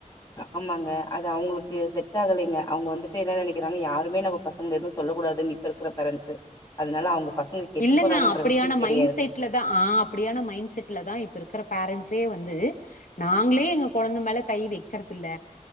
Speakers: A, on the left (about 25°); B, on the left (about 75°).
A: ஆமாங்க அது அவங்ளுக்கு செட்டாகலெங்க அவங்க வந்துட்டு என்ன நெனைக்கிறாங்க யாருமே நம்ம பசங்க எதுவும் சொல்ல கூடாதுன் இப்ப இருக்கிற பேரண்ட்ஸு அதனால
B: ஆ
A: அவங்க பசங்க கெட்டு
B: இல்லங்க
A: போறாங்கன்ற
B: அப்டியான
A: விஷயோ தெரியாது
B: மைண்ட் செட்ல தா ஆ அப்டியான மைண்ட் செட்ல தா இப்ப இருக்குற பேரண்ஸே வந் து நாங்ளே எங்க குழந்த மேல கை வைக்கறதுல்ல